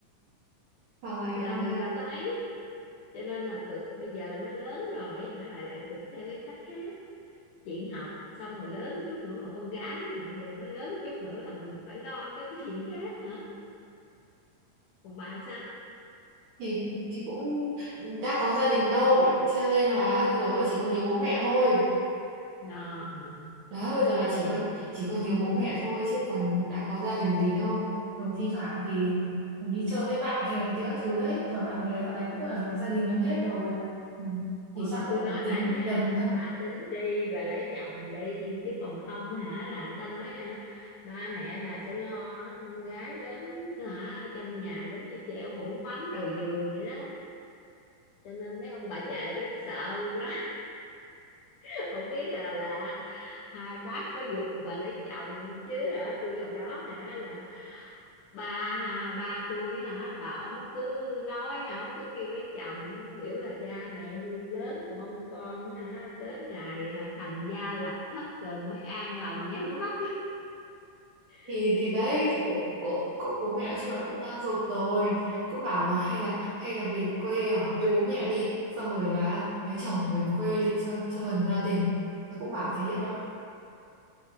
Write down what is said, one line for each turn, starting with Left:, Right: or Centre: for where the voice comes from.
Right: Trời
Left: là
Right: ơi,
Left: mình đâu có ấy cho nên là cực bây giờ nó lớn rồi hả lại lại cực theo cái cách khác chuyện học xong rồi lớn chút nữa mà con gái rồi giờ nó lớn chút nữa là mình phải lo tới cái chuyện khác nữa còn bà sao
Right: thì thì cũng đã có gia đình đâu, cho nên là bây giờ chỉ có nhớ bố mẹ thôi.
Left: nào
Right: Đó, bây giờ là chỉ
Left: về
Right: có chỉ có nhớ bố mẹ thôi chứ còn đã có gia đình gì đâu. Rồi thi thoảng thì mình đi chơi với bạn bè này kia các thứ đấy, mà bạn bè dạo này cũng là lập gia đình gần hết rồi. Ừ,
Left: Thôi
Right: Thì chắc
Left: mà
Right: cũng
Left: tôi nói
Right: phải tính
Left: bà nha,
Right: dần thôi.
Left: bà tính đi, bà lấy chồng đi, chứ còn không hả là người ta nói hả, ba mẹ bà sẽ lo con gái lớn hả trong nhà giống như treo hũ mắm đầu giường vậy đó. Cho nên mấy ông bà già rất sợ quá, <laughs> không biết là, là hai bác có giục bà lấy chồng không chứ hả tôi hồi đó hả là ba à, ba tôi hả là ông cứ nói hả ông cứ kêu lấy chồng biểu là cha mẹ nuôi lớn rồi mong con hả đến ngày à, thành gia lập thất rồi mới an lòng nhắm mắt
Right: thì
Left: <laughs>
Right: thì đấy thì cũng cũng cũng bố mẹ nói chung là cũng đang giục rồi cũng bảo là hay là hay là về quê ở với bố mẹ đi xong rồi là lấy chồng gần quê đi cho cho gần gia đình nó cũng bảo thế rồi đó